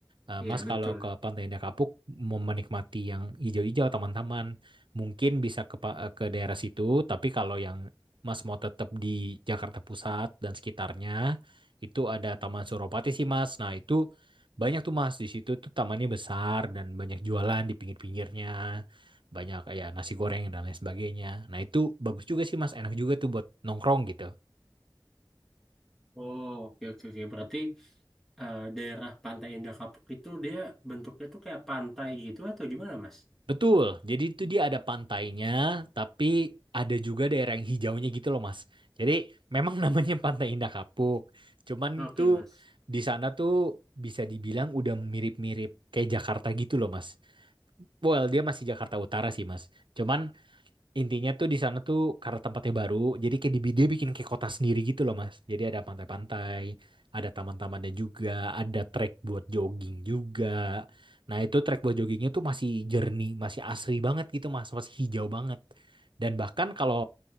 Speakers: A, on the right (about 75°); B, in the centre.
A: eh,
B: Iya,
A: Mas
B: betul.
A: kalau ke Pantai Indah Kapuk mau menikmati yang hijau-hijau, taman-taman, mungkin bisa ke pa- eh, ke daerah situ, tapi kalau yang Mas mau tetap di Jakarta Pusat dan sekitarnya, itu ada Taman Suropati sih Mas. Nah itu banyak tuh Mas di situ tuh tamannya besar dan banyak jualan di pinggir-pinggirnya, banyak ya nasi goreng dan lain sebagainya. Nah itu bagus juga sih Mas, enak juga tuh buat nongkrong gitu.
B: Oh, oke, oke, oke. Berarti eh, daerah Pantai Indah Kapuk itu dia bentuknya tuh kayak pantai gitu atau gimana, Mas?
A: Betul, jadi itu dia ada pantainya, tapi ada juga daerah yang hijaunya gitu loh Mas. Jadi memang <laughs> namanya Pantai Indah Kapuk, cuman
B: Oke,
A: tuh
B: Mas.
A: di sana tuh bisa dibilang udah mirip-mirip kayak Jakarta gitu loh Mas. Well, dia masih Jakarta Utara sih Mas. Cuman Intinya tuh di sana tuh karena tempatnya baru, jadi kayak di dia bikin kayak kota sendiri gitu loh Mas. Jadi ada pantai-pantai, ada taman-tamannya juga, ada trek buat jogging juga. Nah itu trek buat joggingnya tuh masih jernih, masih asri banget gitu Mas, masih hijau banget. Dan bahkan kalau